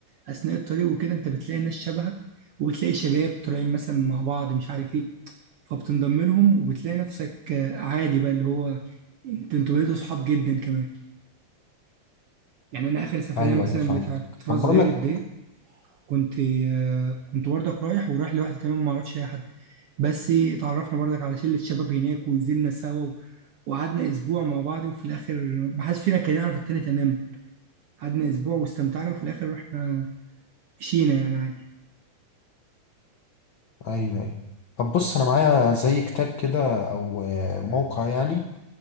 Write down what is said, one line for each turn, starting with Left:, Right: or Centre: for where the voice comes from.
Right: اثناء الطريق وكده انت بتلاقي ناس شبهك وبتلاقي شباب طالعين مثلا مع بعض مش عارف ايه فبتنضم لهم وبتلاقي نفسك آه، عادي بقى اللي هو انت انتوا بقيتوا صحاب جدا كمان يعني انا اخر سفرية
Left: ايوه
Right: مثلا
Left: ايوه فهمت
Right: بتاعت راس
Left: طب بقول
Right: غارب
Left: لك
Right: ديت كنت آه، كنت برضك رايح ورايح لوحدي تمام ما اعرفش اي حد بس اتعرفنا برضك على شلة شباب هناك ونزلنا سوا و- وقعدنا اسبوع مع بعض وفي الاخر ما حدش فينا كان يعرف التاني تماما قعدنا اسبوع واستمتعنا وفي الاخر رحنا مشينا يعني عادي
Left: ايوه ايوه طب بص انا معايا زي كتاب كده او آه، موقع يعني